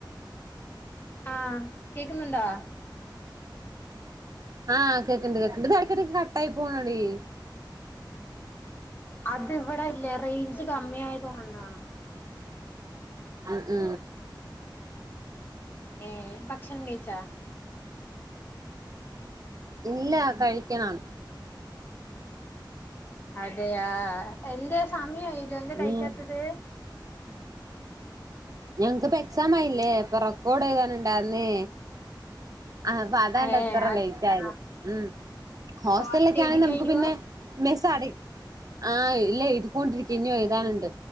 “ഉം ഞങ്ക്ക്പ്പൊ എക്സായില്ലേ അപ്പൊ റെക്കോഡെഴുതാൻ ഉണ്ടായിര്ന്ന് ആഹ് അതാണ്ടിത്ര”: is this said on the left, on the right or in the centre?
Right